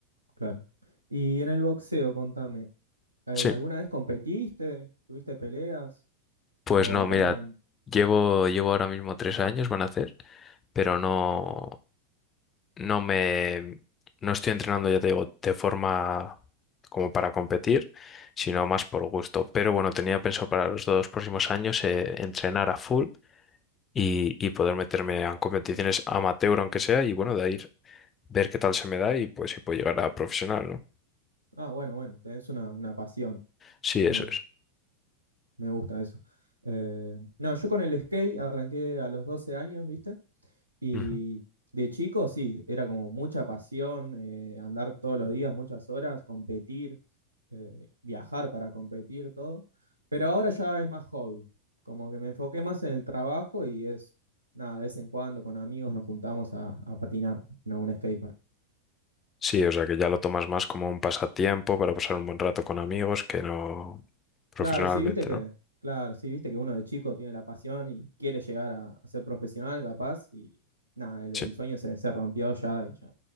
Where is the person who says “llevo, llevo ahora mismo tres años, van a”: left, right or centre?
Left